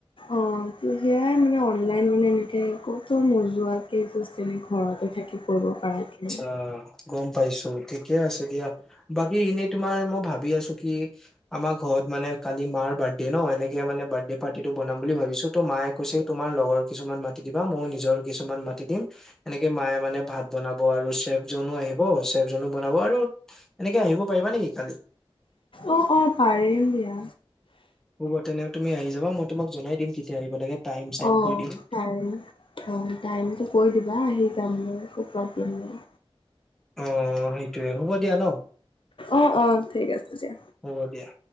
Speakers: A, on the left; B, in the centre.
A: অ সেয়াই মানে অনলাইন মানে এনেকে ক'তো নোজোৱাকে যেনে ঘৰতে থাকি কৰিব পৰা।
B: অ গম পাইছো ঠিকে আছে দিয়া। বাকী এনেই তোমাৰ মই ভাবি আছো কি আমাৰ ঘৰত মানে কালি মাৰ বাৰ্থডে ন? এনেকে মানে বাৰ্থডে পাৰ্টিটো বনাম বুলি ভাবিছো ত' মায়ে কৈছে তোমাৰ লগৰ কিছুমান মাতি দিবা, মইও নিজৰ কিছুমান মাতি দিম এনেকে মায়ে মানে ভাত বনাব আৰু চেফ জনো আহিব, চেফ জনো বনাব আৰু এনেকে আহিব পাৰিবা নেকি কালি?
A: অ অ পাৰিম দিয়া।
B: হ'ব তেনে তুমি আহি যাবা মই তোমাক জনাই দিম কেতিয়া আহিব লাগে। টাইম চাইম
A: অঁ
B: কৈ দিম
A: পাৰি অঁ টাইমটো কৈ দিবা আহি যাম মই একো প্ৰবলেম নাই।
B: অ সেইটোৱে হ'ব দিয়া ন?
A: অ অ ঠিক আছে দিয়া।
B: হ'ব দিয়া।